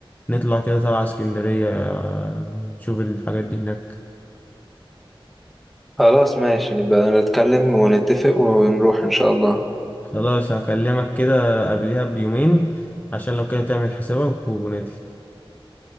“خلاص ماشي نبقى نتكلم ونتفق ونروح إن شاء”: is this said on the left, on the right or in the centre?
Centre